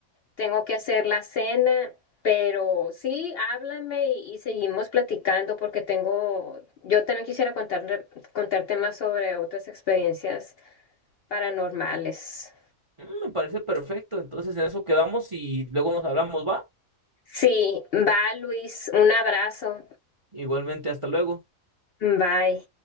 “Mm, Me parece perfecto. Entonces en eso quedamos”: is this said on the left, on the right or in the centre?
Right